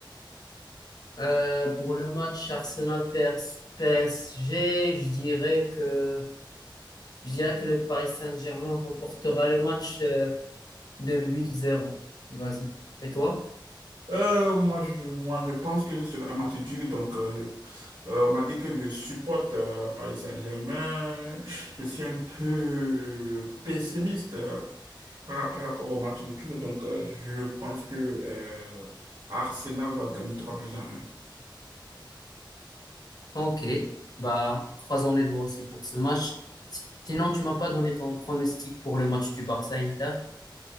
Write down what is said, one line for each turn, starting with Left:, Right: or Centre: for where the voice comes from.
Left: Euh, pour le match Arsenal-PSG, je dirais que, je dirais que le Paris Saint-Germain remportera le match euh, de 8-0. Vas-y. Et toi?
Right: Euh, moi, je, moi, je pense que ce sera un match dur. Donc, euh, je- euh, malgré que je supporte euh, Paris Saint-Germain, je suis un peu pessimiste euh, par, par rapport au match du tour. Donc, euh, je pense que euh, Arsenal va gagner trois buts à un
Left: Ok, bah croisons les doigts aussi pour ce match. Si- Sinon, tu m'as pas donné ton pronostic pour le match du Barça-Inter.